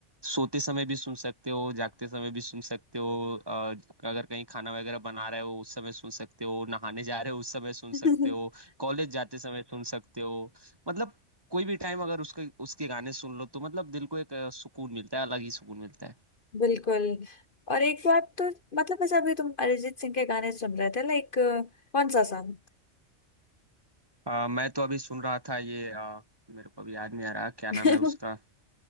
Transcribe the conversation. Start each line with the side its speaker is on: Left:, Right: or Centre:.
Right: सोते समय भी सुन सकते हो जागते समय भी सुन सकते हो अ, अगर कहीं खाना वगैरह बना रहे हो उस समय सुन सकते हो नहाने जा रहे हो उस समय सुन
Left: <laughs>
Right: सकते हो कॉलेज जाते समय सुन सकते हो मतलब कोई भी टाइम अगर उसके उसके गाने सुन लो तो मतलब दिल को एक अ, सुकून मिलता है अलग ही सुकून मिलता है
Left: बिल्कुल और एक बात तो मतलब ऐसा अभी तुम अरिजीत सिंह के गाने सुन रहे थे लाइक कौन सा सॉन्ग
Right: आ, मैं तो अभी सुन रहा था ये आ, मेरे को अभी याद नहीं आ रहा क्या
Left: <laughs>
Right: नाम है उसका